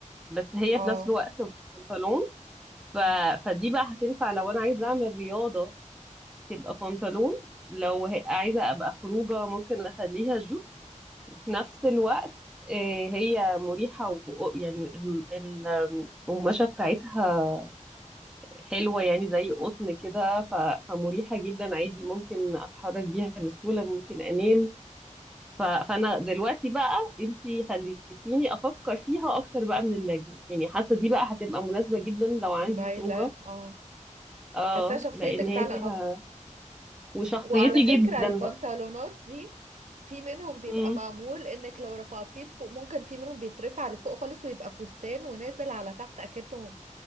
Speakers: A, in the centre; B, on the right.
A: بس هي
B: اه
A: في نفس الوقت بنطلون ف...
B: م-
A: فدي بقى هتنفع لو انا عايزه اعمل رياضه تبقى بنطلون لو هي- عايزة أبقى خروجة ممكن أخليها جوب وفي نفس الوقت آه، هي مريحة و... يعني الم- ال- القماشة بتاعتها حلوة يعني زي قطن كده ف... فمريحة جدا عادي ممكن أتحرك بيها بسهولة ممكن أنام ف... فأنا دلوقتي بقى انتي خليتيني أفكر فيها أكتر بقى من اللجنة يعني حاسة دي بقى هتبقى مناسبة جدا لو عندي
B: مايلة
A: خروجة
B: اه
A: اه
B: حاسة شخصيتك
A: لأن هي
B: فعلا
A: فيها
B: اكتر
A: وشخصيتي
B: وعلى فكرة
A: جدا
B: البنطلونات
A: بقى
B: دي في منهم بيبقى
A: مم.
B: معمول انك لو رفعتيه لفوق ممكن في منهم بيترفع لفوق خالص ويبقى فستان ونازل على تحت اكنه